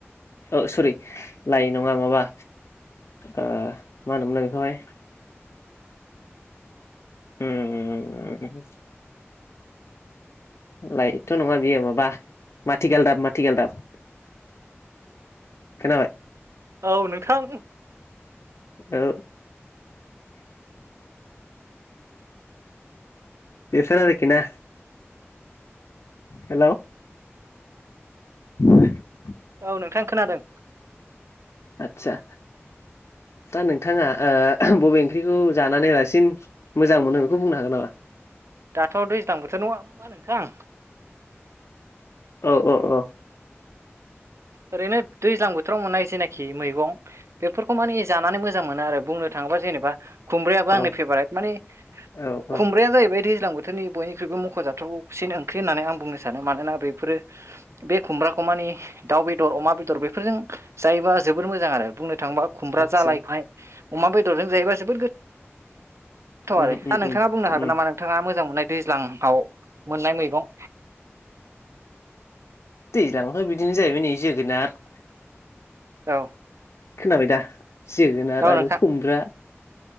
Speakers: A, on the left; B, on the right.
A: औ सरि लायै नङा माबा ओ मा होनोमोनलाय बेखौहाय उम लायथ' नङा बियो माबा माथिगाल दाब माथिगाल दाब खोनाबाय
B: औ नोंथां
A: औ बेसोर आरोखि ना हेलौ <unintelligible>
B: औ नोंथां खोनादों
A: आतसा दा नोंथाङा बबे ओंख्रिखौ जानानै रासिन मोजां मोनो बेखौ बुंनो हागोन नामा?
B: दाथ' दैज्लां बोथोर नङा होमबा नोंथां
A: औ औ औ
B: ओरैनो दैज्लां बोथोराव मोननाय जेनाखि मैगं बेफोरखौ माने जानानै मोजां मोनो आरो बुंनो थाङोब्ला जेनेबा खुमब्रायाबो आंनि
A: औ
B: पेब्रेट माने
A: औ औ
B: खुमब्राया दैज्लां बोथोरनि बयनिख्रुइबो मख'जाथावसिन ओंख्रि होननानै आं बुंनो सानो मानोना बेफोरो बे खुमब्राखौ मानि दाउ बेदर अमा बेदर बेफोरजों जायोबा जोबोर मोजां आरो बुंनो थाङोबा खुमब्रा
A: आदसा
B: जालायहाय अमा बेदरजों जायोबा जोबोद गो गोथाव
A: उम
B: आरो
A: उम
B: आ नोंथाङा
A: उम
B: बुंनो
A: उम
B: हागोन नामा नोंथाङा मोजां मोननाय दैज्लांआव मोननाय मैगं
A: दैज्लांथ' बिदिनो जाहैबाय नै जोगोनार
B: औ
A: खोनाबाय दा जोगोनार
B: औ
A: आरो
B: नोंथां
A: खुमब्रा